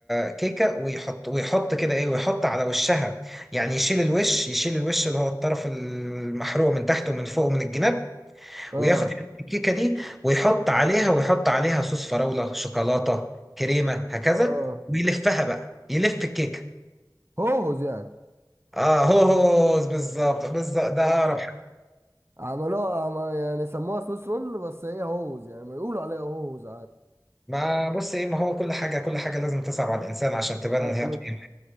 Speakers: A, in the centre; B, on the right (about 35°).
A: كيكه ويحط ويحط كده ايه ويحط على وشها يعني يشيل الوش يشيل الوش اللي هو الطرف المحروق من تحت ومن فوق ومن الجناب
B: اه
A: وياخد حتة الكيكه دي ويحط عليها ويحط عليها صوص فراوله شوكولاته كريمه هكذا
B: اه
A: ويلفها بقى يلف الكيكه
B: هوز يعني
A: اه هو هو بالظبط بالظبط ده
B: هم
A: اقرب حاجه
B: عملوها عم- يعني سموها سويس رول بس هي هوز يعني ما يقولوا عليها هوز
A: ما بص ايه ما هو كل حاجه كل حاجه لازم تصعب على الانسان عشان تبان
B: عادي
A: ان هي قيمه